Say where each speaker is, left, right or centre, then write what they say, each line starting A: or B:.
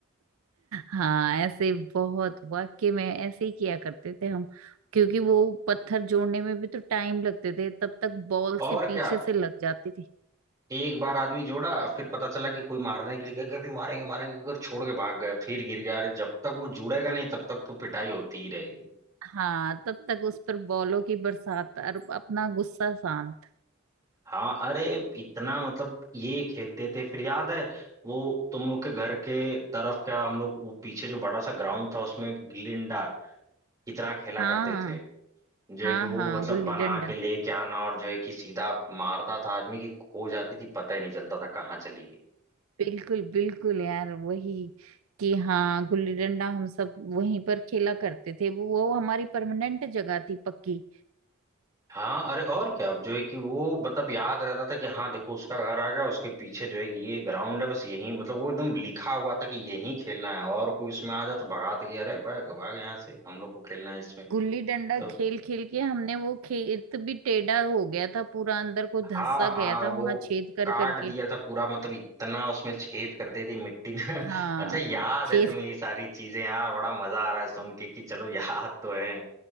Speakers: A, on the right; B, on the right.
A: हाँ ऐसे बहुत वाकई में ऐसे ही किया करते थे हम क्योंकि वो पत्थर जोड़ने में भी तो टाइम लगते थे तब तक बॉल
B: और
A: से पीछे
B: क्या
A: से लग जाती थी
B: एक बार आदमी जोड़ा फिर पता चला कि कोई मारने के लिए गया कभी मारेंगे मारेंगे अगर छोड़ के भाग गए फिर गिर गया अरे जब तक वो जुड़ेगा नहीं तब तक तो पिटाई होती ही रहेगी
A: हाँ तब तक उस पर बॉलों की बरसात और अपना गुस्सा शांत
B: हाँ अरे इतना मतलब ये खेलते थे फिर याद है वो तुम लोग के घर के तरफ क्या हम लोग वो पीछे जो बड़ा सा ग्राउंड था उसमें गिल्ली डंडा कितना खेला
A: हाँ
B: करते थे जो है
A: हाँ
B: कि वो
A: हाँ
B: मतलब
A: गुल्ली
B: बना
A: डंडा
B: के लेके आना और जो है कि सीधा मारता था आदमी की खो जाती थी पता ही नहीं चलता था कहाँ चली गई
A: बिल्कुल बिल्कुल यार वही कि हाँ गुल्ली डंडा हम सब वहीं पर खेला करते थे वो वो हमारी परमानेंट जगह थी पक्की
B: हाँ अरे और क्या अब जो है कि वो मतलब याद रहता था कि हाँ देखो उसका घर आ गया उसके पीछे जो है कि ये ग्राउंड है बस यही मतलब वो एकदम लिखा हुआ था कि यही खेलना है और कोई इसमें आ जाए तो भगा दे कि अरे भाग भाग यहाँ से हम लोग को खेलना है इसमें
A: गुल्ली डंडा
B: तो
A: खेल खेल के हमने वो खेत भी टेढ़ा हो गया था पूरा अंदर को
B: हाँ
A: धंसा
B: हाँ
A: गया था
B: वो
A: वहां छेद कर
B: काट
A: करके
B: दिया था पूरा मतलब इतना उसमें छेद कर दी थी मिट्टी ने
A: हाँ
B: <laughs> अच्छा याद
A: छेद
B: है तुम्हें ये सारी चीजें यार बड़ा मजा आ रहा है सुन के कि चलो याद तो है